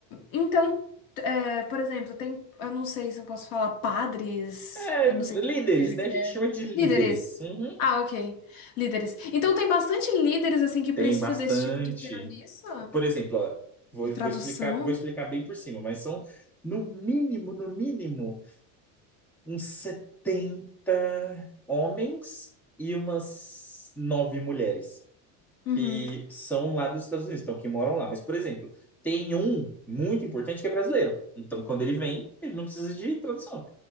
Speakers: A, on the left; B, in the centre.
A: então, eh, por exemplo, tem, eu não sei se eu posso falar padres,
B: É,
A: eu
B: líderes,
A: não sei que igreja
B: né?
A: que
B: A gente
A: é.
B: chama de líderes.
A: Líderes.
B: Uhum.
A: Ah, ok. Líderes. Então tem bastante líderes assim que precisa
B: Tem bastante.
A: desse tipo de serviço
B: Por exemplo, ó, vou,
A: de tradução.
B: vou explicar, vou explicar bem por cima, mas são no mínimo, no mínimo, uns 70 homens e umas nove mulheres
A: Uhum.
B: que são lá dos Estados Unidos, então que moram lá. Mas, por exemplo, tem um muito importante que é brasileiro. Então, quando ele vem, ele não precisa de tradução.